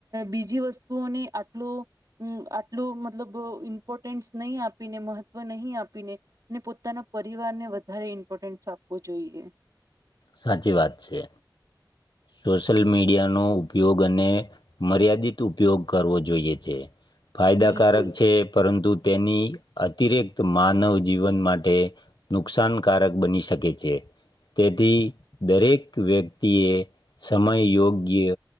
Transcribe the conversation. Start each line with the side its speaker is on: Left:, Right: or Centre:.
Right: બીજી વસ્તુઓને આટલો હમ્મ આટલું મતલબ ઇમ્પોર્ટન્સ નહીં આપીને મહત્ત્વ નહી આપીને ને પોતાના પરિવાર ને વધારે ઇમ્પોર્ટન્સ આપવો જોઈએ.
Left: સાચી વાત છે. સોશિયલ મીડિયાનો ઉપયોગ અને મર્યાદિત ઉપયોગ કરવો જોઈએ છે. ફાયદાકારક
Right: બિલકુલ
Left: છે પરંતુ તેની અતિરિકક્ત માનવ જીવન માટે નુકસાનકારક બની શકે છે. તેથી દરેક વ્યક્તિએ સમયયોગ્ય